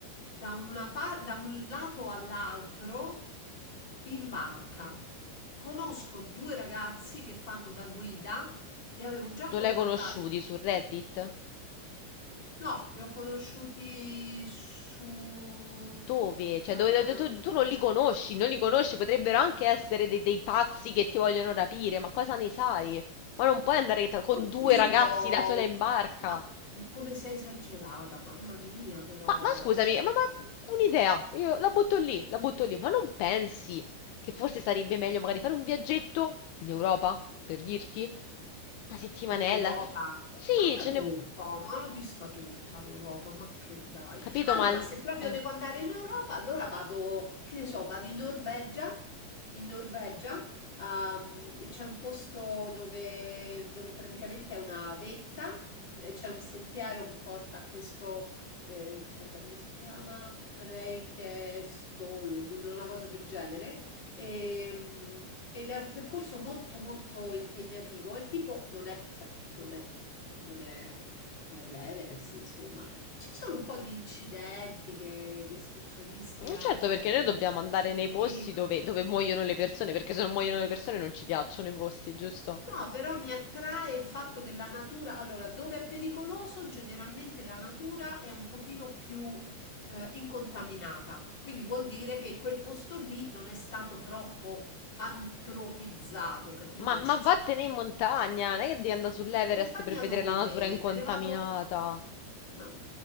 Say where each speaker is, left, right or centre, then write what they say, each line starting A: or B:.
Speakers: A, on the left; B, on the left.
A: da, una pa- da un lato all'altro in barca. Conosco due ragazzi che fanno da guida, li avevo già
B: Non
A: contattati.
B: l'hai conosciuti su Reddit?
A: No, li ho conosciuti su...
B: Dove? Cioè,
A: eh,
B: dove, dove- tu, tu non li conosci, non li conosci, potrebbero anche essere dei, dei pazzi che ti vogliono rapire, ma cosa ne sai? Ma non puoi andare tra- con
A: Oddio,
B: due ragazzi da sola in barca.
A: ma, ma come sei esagerata, mamma mia, però.
B: Ma, ma scusami, ma, ma un'idea, io la butto lì, la butto lì, ma non pensi che forse sarebbe meglio magari fare un viaggetto in Europa, per dirti? Una settimanella?
A: In Europa?
B: Sì,
A: Vabbè,
B: ce n'è...
A: uffa, ma l'ho vista tutta l'Europa, ma che dai.
B: Capito, ma...
A: Allora,
B: al-
A: se proprio
B: eh,
A: devo andare in Europa, allora vado, che ne so, vado in Norvegia. In Norvegia, ehm, c'è un posto dove, dove praticamente è una vetta, e c'è un sentiero che porta a questo, eh, aspetta, come si chiama? Preikestolen, una cosa del genere e, ed è un percorso molto molto impegnativo e tipo non è, certo, non è, non è eh, l'Everest, insomma, ci sono un po' di incidenti che gli escursionisti hanno
B: Certo, perché noi dobbiamo andare
A: subito.
B: nei posti dove, dove muoiono le persone, perché se non muoiono le persone non ci piacciono i posti, giusto?
A: No, però mi attrae il fatto che la natura, allora, dove è pericoloso, generalmente la natura è un pochino più eh, incontaminata, quindi vuol dire che quel posto lì non è stato troppo antropizzato, capito?
B: Ma, ma
A: Ci-
B: vattene in montagna, non è che devi andare sull'Everest
A: Montagna
B: per vedere
A: dove?
B: la natura incontaminata.
A: Me ne vado? Ma